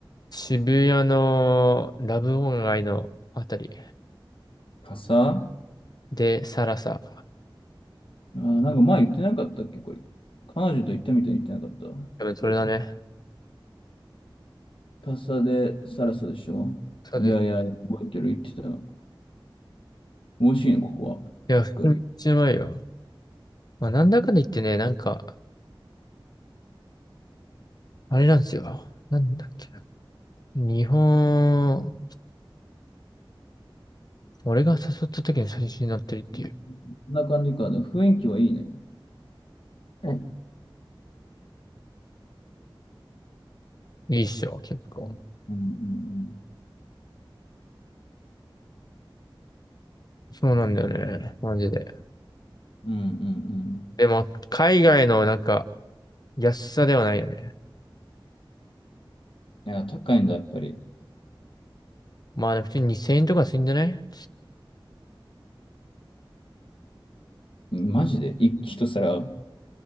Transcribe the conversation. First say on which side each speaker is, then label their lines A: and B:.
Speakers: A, on the left; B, on the left.
A: 渋谷のラブオン街のあたり
B: 傘あ
A: でサラサ。
B: ー、なんか前言ってなかったっけ、これ。彼女と行ったみたいに言ってなかった
A: 多分それだね。
B: 傘でサラサでしょいやいや、
A: そうです。
B: 覚えてる、言ってたの。美味しいの、ここは。
A: いや、
B: しっかり。
A: 普通にめっちゃうまいよ。まあ、なんだかんだ言ってね、なんか、あれなんですよ。なんだっけな。日本、俺が誘った時に最初になってるっていう。
B: うんこんな感じか。でも雰囲気はいいね。うん
A: いいっしょ、結構。
B: うんうん
A: そうなんだよね。マジで。
B: うん。うんうんうん。
A: でも、海外のなんか、安さではないよね。
B: いや、高いんだ、やっぱり。
A: まあ、普通に2000円とかするんじゃない
B: うんマジで、一一皿。